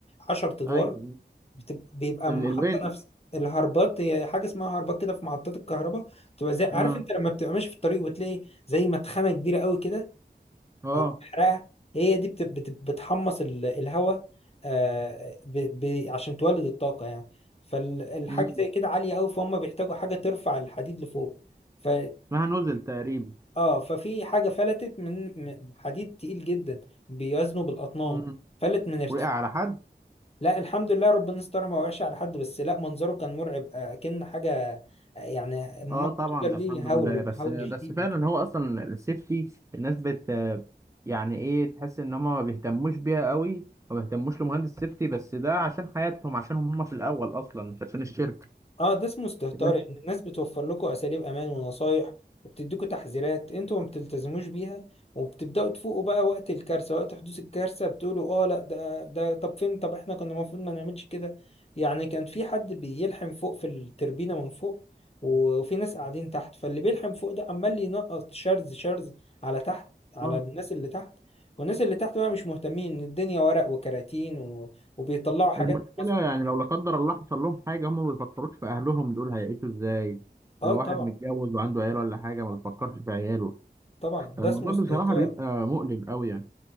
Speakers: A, on the left; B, on the right.
A: 10 ادوار
B: ايوه
A: بتب- بيبقى
B: ال...
A: محطة
B: الوينش
A: نفس الهربات هي حاجة اسمها هربات كده في محطات الكهرباء بتبقى زي عارف
B: اه
A: انت لما بتبقى ماشي في الطريق وتلاقي زي مدخنة كبيرة قوي كده
B: اه
A: او محرقة هي دي بت- بت- بتحمص ال- الهواء آه، ب- ب- عشان تولد الطاقة يعني فالحاجة
B: مم.
A: زي كده عالية قوي فهم بيحتاجوا حاجة ترفع الحديد لفوق ف
B: اسمها نزل تقريبا
A: اه ففي حاجة فلتت من من حديد تقيل جدا بيوزنه بالأطنان
B: مم.
A: فلت من ارتفاع
B: وقع على حد
A: لا الحمد لله ربنا استرها ما وقعش على حد بس لا منظره كان مرعب آه، كأن حاجة آه، يعني م-
B: اه
A: منظر
B: طبعا ده
A: ليه
B: الحمد لله
A: هول
B: بس
A: هول
B: بس
A: شديد
B: فعلا هو اصلا السيفتي الناس بت يعني ايه تحس ان هم ما بيهتموش بيها قوي ما بيهتموش لمهندس سيفتي بس ده عشان حياتهم عشان هم في الاول اصلا مش عشان الشركه
A: اه ده اسمه استهتار
B: بس
A: يعني الناس بتوفر لكم اساليب امان ونصايح وبتديكوا تحذيرات انتوا ما بتلتزموش بيها وبتبداوا تفوقوا بقى وقت الكارثه وقت حدوث الكارثه بتقولوا اه لا ده ده طب فين طب احنا كنا المفروض ما نعملش كده يعني كان في حد بيلحم فوق في التربينه من فوق وفي ناس قاعدين تحت فاللي بيلحم فوق ده عمال ينقط شرز شرز على تحت على
B: آه،
A: الناس اللي تحت والناس اللي تحت بقى مش مهتمين ان الدنيا ورق وكراتين و... وبيطلعوا حاجات
B: المشكله
A: مسخ-
B: يعني لو لا قدر الله حصل لهم حاجه هم ما بيفكروش في اهلهم دول هيعيشوا ازاي
A: اه
B: لو
A: طبعا
B: واحد متجوز وعنده عيال ولا حاجه ما بيفكرش في عياله
A: طبعا
B: الموضوع
A: ده اسمه استهتار
B: بصراحه بيبقى مؤلم قوي يعني